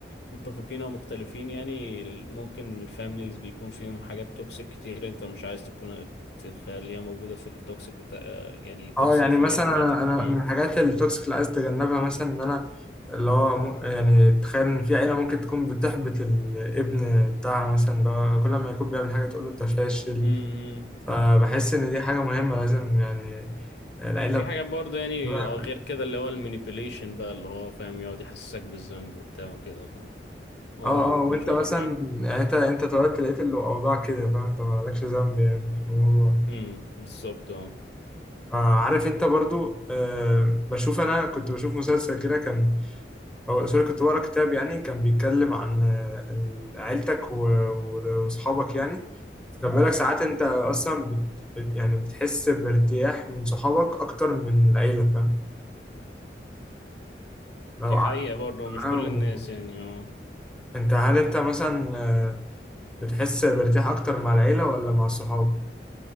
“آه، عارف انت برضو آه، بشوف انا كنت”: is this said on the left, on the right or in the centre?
Centre